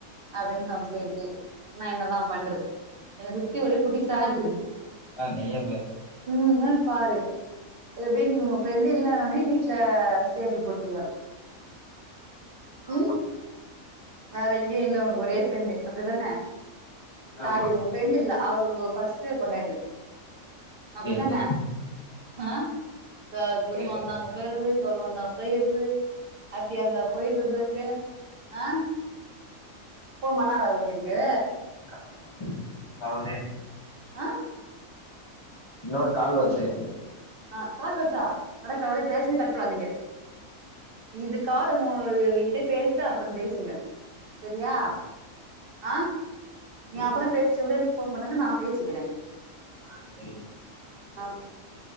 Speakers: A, on the right; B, on the left.
A: அப்டினு கம்ப்ளைண்ட் நா என்னதா பண்றது எனக்கு சுத்தி ஒரே குட்டீஸா இருக்குது
B: பாரு நீயே பாரு
A: ம் இன்னன் பாரு எப்டின் நீங் உங்க ஃபிரெண்டு் இல்லன் ஒனே வீட்ல ஸ்டேபிள் போட்டீங்க ம்
B: ஆமா
A: வேற எங்கியு இல்ல உங்ளுக்கு ஒரே ஃபிரெண்டு அப்டிதான
B: ஆமா
A: சாரி உங்க ஃப்ரெண்ட்டில்ல அவரு உங்க ஃபஸ்ட்டு பொண்டாட்டி
B: இல்ல
A: அப்டித்தான
B: இல்ல இல்ல
A: ஆ சார் துக்கோ
B: கேட்ட
A: வந்தா அங்க போய்ருது சோகோ வந்தா போய்ருது ஹாப்பியாருந்தா போய்ட்ரது அங்க ஆ ஃபோன் பண்ணாரா அவுரு உங்ளுக்கு
B: கால் வர்து ரெண்டு நிம்ஷோ சகோதரி
A: ஆ
B: இன்னொரு கால் வருது
A: ஆ கால் வர்தா அடக்கடவுளே இத பேசிட்டு கட் பண்ணாதீங்க இது கால மு என்கிட்ட பேசிட்டா அப்றோ பேசுங்க செரியா
B: ஆ
A: ஆ நீ
B: சரி
A: அப்றோ பேசிட்டு கூட எனக்கு ஃபோன் பண்ணுங்க நா பேசுக்கிறே
B: ஆ சரி
A: ஆ